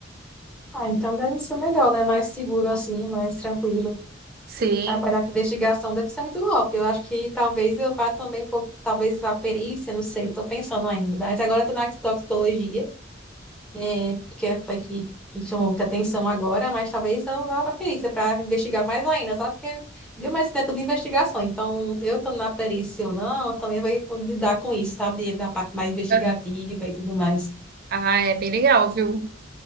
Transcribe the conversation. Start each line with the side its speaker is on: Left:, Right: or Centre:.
Centre: Ah, então deve ser melhor, né? Mais seguro assim, mais tranquilo.
Right: Sim.
Centre: Trabalhar com investigação deve ser muito golpe. Eu acho que talvez eu vá também um pouco, talvez a perícia, não sei, estou pensando ainda. Mas agora estou na toxicologia, é, que é, foi que me chamou muita atenção agora, mas talvez eu vá para a perícia para investigar mais ainda, sabe? Porque biomedicina é tudo investigação, então eu estou na perícia ou não, eu também vou vou lidar com isso, sabe? Na parte mais investigativa
Right: Aham.
Centre: e tudo mais.
Right: Ah, é bem legal, viu?